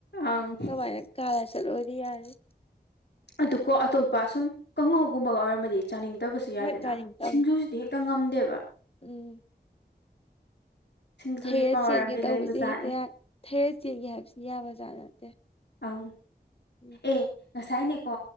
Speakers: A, on the left (about 80°); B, on the left (about 35°).
A: ꯑꯪ
B: ꯀꯃꯥꯏꯅ ꯀꯂꯥ ꯆ ꯑꯣꯏꯔꯤ ꯌꯥꯗ
A: ꯑꯗꯨꯀꯣ ꯑꯇꯣꯞꯄ ꯁꯨꯝ ꯀꯥꯡꯉꯧꯒꯨꯝꯕꯒ ꯑꯣꯏꯔꯝꯃꯗꯤ ꯆꯥꯅꯤꯡꯗꯕꯁꯨ ꯌꯥꯏꯗꯅ
B: ꯍꯣꯏ ꯇꯥꯅꯤꯡ ꯇꯝꯅꯤ
A: ꯁꯤꯡꯖꯨꯁꯤꯗꯤ ꯍꯦꯛꯇ ꯉꯝꯗꯦꯕ
B: ꯎꯝ
A: ꯁꯤꯡꯖꯨꯒꯤ
B: ꯊꯩꯔꯠ
A: ꯄꯋꯥꯔ
B: ꯆꯦꯟꯒꯦ
A: ꯑꯃꯗꯤ
B: ꯇꯧꯕꯁꯦ
A: ꯂꯩꯕꯖꯥꯠꯅꯦ
B: ꯍꯦꯛꯇ ꯊꯔꯠ ꯆꯦꯟꯒꯦ ꯍꯥꯏꯕꯁꯤꯅ ꯌꯥꯕ ꯖꯥꯠ ꯅꯠꯇꯦ
A: ꯑꯪ
B: ꯎꯝ
A: ꯑꯦ ꯉꯁꯥꯏꯅꯦꯀꯣ